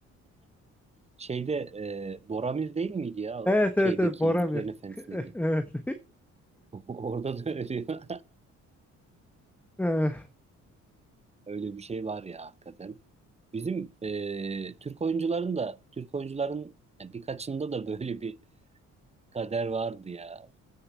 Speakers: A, on the right; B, in the centre.
A: Şeyde e, Boromir değil miydi ya o?
B: Evet
A: Şeydeki
B: evet evet Boromir.
A: Yüzüklerin Efendisi'ndeki.
B: <laughs>
A: <laughs> Orada da ölüyor.
B: Evet. <laughs> Eh,
A: <laughs> Öyle bir şey var ya hakikaten. Bizim e, Türk oyuncuların da Türk oyuncuların ya birkaçında da böyle bir kader vardı ya.